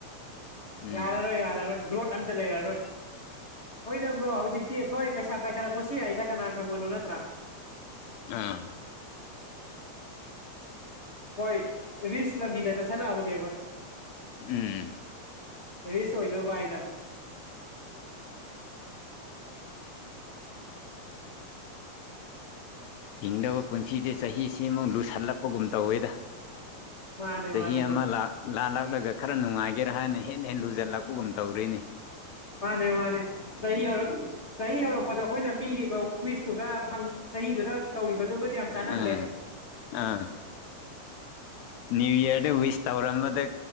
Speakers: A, on the left; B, on the left.
A: ꯎꯝ
B: ꯌꯥꯔꯔꯣꯏ ꯌꯥꯔꯔꯣꯏ ꯒ꯭ꯔꯣꯠ ꯑꯝꯇ ꯂꯩꯔꯔꯣꯏ ꯍꫭꯏꯗꯕ꯭ꯔꯣ ꯍꯧꯖꯤꯛꯇꯤ ꯑꯩꯈꯣꯏ ꯄꯩꯁꯥ ꯄꯥꯏꯈꯠꯂꯛꯄꯁꯨ ꯌꯥꯏꯗ ꯀꯅꯥ ꯈꯪꯕꯅꯣ ꯅꯠꯇ꯭ꯔꯥ
A: ꯑꯥ
B: ꯍꯣꯏ ꯔꯤꯁ ꯂꯝꯕꯤꯗꯒ ꯆꯠꯁꯤꯜꯂꯛꯑꯕꯅꯦꯕ
A: ꯎꯝ
B: ꯔꯤꯁ ꯑꯣꯏꯅꯕ ꯍꯥꯏꯅ
A: ꯍꯤꯡꯗꯧꯕ ꯄꯨꯟꯁꯤꯁꯦ ꯆꯍꯤꯁꯤꯃꯨꯛ ꯂꯨꯁꯜꯂꯛꯄꯒꯨꯝ ꯇꯧꯋꯦꯗ
B: ꯃꯥꯅꯦ
A: ꯆꯍꯤ
B: ꯃꯥꯅꯦ ꯕ꯭ꯔꯣ
A: ꯑꯃꯥ ꯂꯥꯛ ꯂꯥꯜꯂꯛꯂꯒ ꯈꯔ ꯅꯨꯡꯉꯥꯏꯒꯦꯔꯥ ꯍꯥꯢꯅ ꯍꯦꯟ ꯍꯦꯦꯟ ꯂꯨꯖꯜꯂꯛꯄꯒꯨꯝ ꯇꯧꯔꯤꯅꯤ
B: ꯃꯥꯅꯦ ꯃꯥꯅꯦ ꯆꯍꯤ ꯌꯧꯔꯛ ꯆꯍꯤ ꯌꯧꯔꯛꯄꯗ ꯑꯩꯈꯣꯢꯅ ꯄꯤꯔꯤꯕ ꯋꯤꯁꯇꯨꯒ ꯍꯪ ꯆꯍꯤꯗꯨꯗ ꯇꯧꯔꯤꯕꯗꯨꯒꯗꯤ ꯌꯥꯝ ꯆꯥꯟꯅꯗ꯭ꯔꯦ
A: ꯑꯥ ꯑꯥ ꯅꯤꯌꯨ ꯏꯌ꯭ꯔꯗ ꯋꯤꯁ ꯇꯧꯔ ꯃꯗ